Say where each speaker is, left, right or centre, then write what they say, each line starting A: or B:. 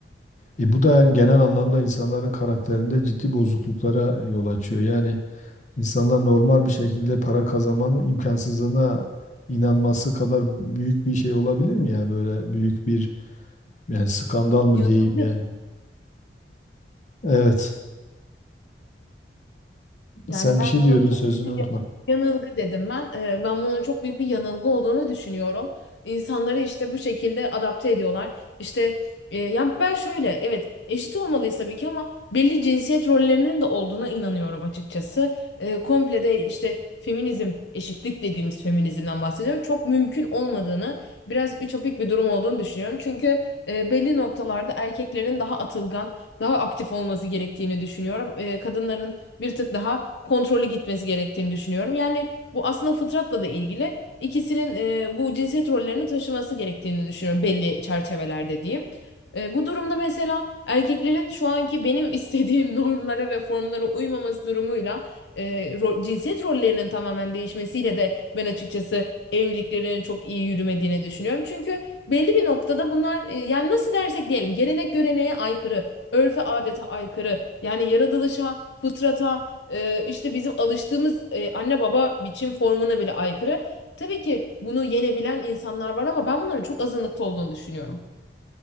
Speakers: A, on the left (about 45°); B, on the left (about 75°).
A: E, bu da yani genel anlamda insanların karakterinde ciddi bozukluklara yol açıyor. Yani İnsanlar normal bir şekilde para kazanmanın imkansızlığına inanması kadar büyük bir şey olabilir mi ya böyle büyük bir yani skandal mı
B: Yanılabilir.
A: diyeyim yani. Evet.
B: Yani
A: Sen
B: ben
A: bir şey diyordun
B: bunun çok
A: sözünü
B: büyük bir
A: unutma.
B: yanılgı dedim ben. Ee, Ben bunun çok büyük bir yanılgı olduğunu düşünüyorum. İnsanları işte bu şekilde adapte ediyorlar. İşte e, yani ben şöyle evet eşit olmalıyız tabii ki ama belli cinsiyet rollerinin de olduğuna inanıyorum açıkçası. Ee, komple de işte feminizm, eşitlik dediğimiz feminizmden bahsediyorum. Çok mümkün olmadığını, biraz ütopik bir durum olduğunu düşünüyorum. Çünkü e, belli noktalarda erkeklerin daha atılgan, daha aktif olması gerektiğini düşünüyorum. E, kadınların bir tık daha kontrollü gitmesi gerektiğini düşünüyorum. Yani bu aslında fıtratla da ilgili ikisinin e, bu cinsiyet rollerini taşıması gerektiğini düşünüyorum belli çerçevelerde diyeyim. E, bu durumda mesela erkeklerin şu anki benim <laughs> istediğim normlara ve formlara uymaması durumuyla e, ro- cinsiyet rollerinin tamamen değişmesiyle de ben açıkçası evliliklerin çok iyi yürümediğini düşünüyorum. Çünkü belli bir noktada bunlar e, yani nasıl dersek diyelim gelenek göreneğe aykırı örfe adete aykırı. Yani yaratılışa, fıtrata, e, işte bizim alıştığımız e, anne baba biçim formuna bile aykırı. Tabii ki bunu yenebilen insanlar var ama ben bunların çok azınlıkta olduğunu düşünüyorum.